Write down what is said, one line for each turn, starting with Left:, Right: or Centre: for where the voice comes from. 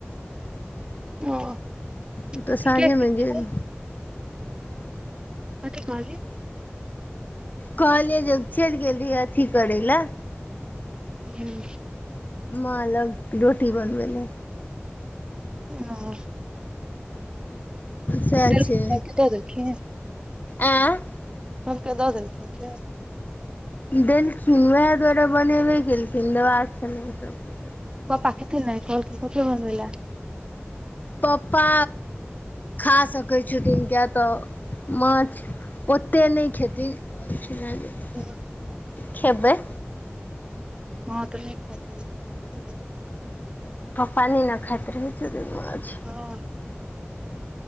Right: ओ-
Left: ओतऽ
Right: कथी
Left: सांझेमे
Right: के
Left: गेल।
Right: छौ कथी कहली?
Left: कहलिये जे चैइल गेल रहियै अथी करैलय।
Right: हूं।
Left: माँ लग रोटी बनबै लए।
Right: <unintelligible>
Left: सैह
Right: देलखिन
Left: छै।
Right: सबके दऽ देलखिन
Left: एं
Right: सबके दऽ देलखिन से?
Left: देलखिन, वैह दुआारे बनेबे केलखिन, दवाक छलैन ओसभके।
Right: पप्पा खेथिने, कहलखिन पप्पे बनबयलय।
Left: पप्पा खा सकै छथिन किए तऽ माछ, ओत्ते नय खेथिन। <unintelligible>
Right: <unintelligible>
Left: खेबैय।
Right: हँ तऽ नय <unintelligible>
Left: पप्पा नय ने खाइत रहै छथिन माछ।
Right: हँ